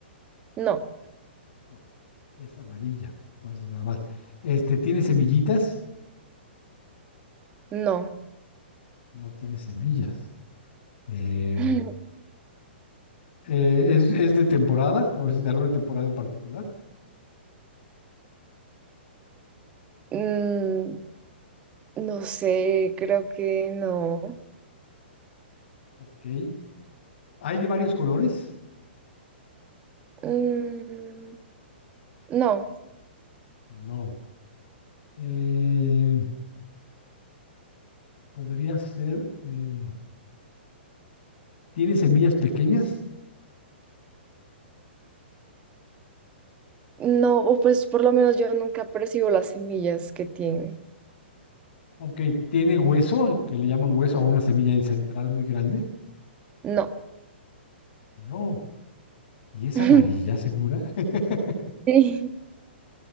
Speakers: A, on the right; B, on the left.
A: no,
B: No, es amarilla. Entonces, nada más. Este, ¿tiene semillitas?
A: no,
B: No tiene semillas. Eh,
A: <laughs>
B: eh, ¿es, es de temporada? ¿O es de alguna temporada en particular?
A: Mm, no sé, creo que no,
B: Ok. ¿Hay de varios colores?
A: Mm, no,
B: No. Eh, podría ser. eh, ¿tiene semillas pequeñas?
A: no, o pues por lo menos yo nunca percibo las semillas que tiene,
B: Ok. ¿Tiene hueso? Que le llaman hueso a una semilla central muy grande.
A: no,
B: No. ¿Y es
A: <laughs>
B: amarilla, segura? <laughs>
A: sí,